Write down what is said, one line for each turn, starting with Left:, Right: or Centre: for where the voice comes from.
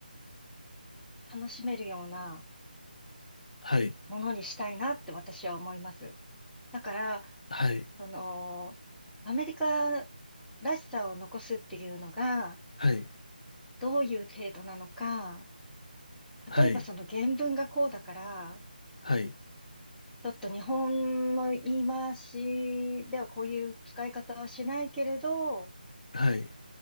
Centre: 楽しめるような
Left: はい、
Centre: ものにしたいなって私は思います。だから、
Left: はい、
Centre: その、アメリカらしさを残すっていうのが、
Left: はい、
Centre: どういう程度なのか、
Left: はい、
Centre: 例えばその原文がこうだから、
Left: はい、
Centre: ちょっと日本の言い回しではこういう使い方はしないけれど、
Left: はい、